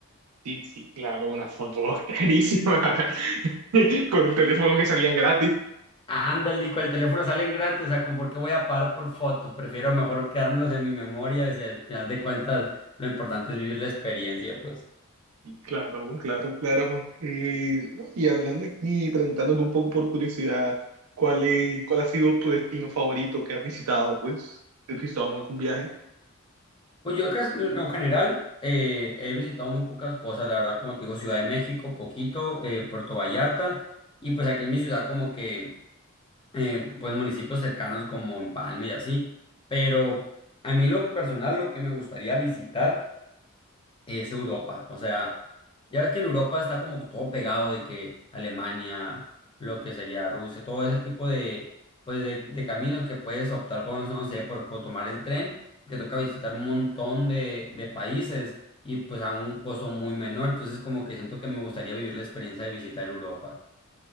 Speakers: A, on the right (about 85°); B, on the left (about 25°).
A: Sí, sí, claro, una foto <laughs> clarísima <laughs> con el teléfono que salían gratis.
B: Ándale, y con el teléfono salen gratis, o sea, ¿con por qué voy a pagar por fotos? Prefiero mejor quedármelos en mi memoria, si al final de cuentas lo importante es vivir la experiencia, pues.
A: Y Claro, claro, claro. Eh, no, y hablando aquí, preguntándote un poco por curiosidad, ¿cuál es, cuál ha sido tu destino favorito que has visitado, pues? ¿Has visitado en algún viaje?
B: Pues yo acá, en lo general, eh, he visitado muy pocas cosas, la verdad, como te digo, Ciudad de México, poquito, eh, Puerto Vallarta, y pues aquí en mi ciudad como que eh, pues municipios cercanos como Empalme y así, pero a mí lo personal lo que me gustaría visitar es Europa, o sea, ya ves que en Europa está como todo pegado de que Alemania, lo que sería Rusia, todo ese tipo de, pues de, de caminos que puedes optar con, no sé, por, por tomar el tren, te toca visitar un montón de, de países y pues a un costo muy menor, entonces como que siento que me gustaría vivir la experiencia de visitar Europa.